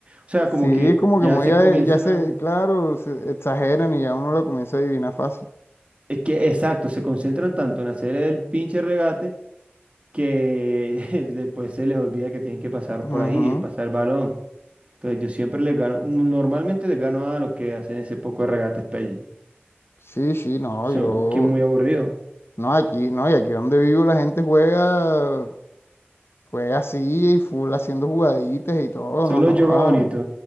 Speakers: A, on the right; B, on the left.
A: O sea,
B: Sí,
A: como que
B: es como
A: ya
B: que muy...
A: se
B: a-
A: comienzan
B: Ya se,
A: a...
B: claro, se exageran y ya uno lo comienza a adivinar fácil.
A: Es que, exacto, se concentran tanto en hacer el pinche regate que <laughs> después se les olvida que tienen que pasar
B: Ujú.
A: por ahí, pasar el balón. Entonces yo siempre les gano, mm, normalmente les gano a los que hacen ese poco de regates peyes.
B: Sí, sí, no,
A: Son,
B: yo...
A: que es muy aburrido.
B: No, aquí, no, y aquí donde vivo la gente juega... Juega así y full haciendo jugaditas y todo,
A: Solo
B: no joda.
A: yoga bonito.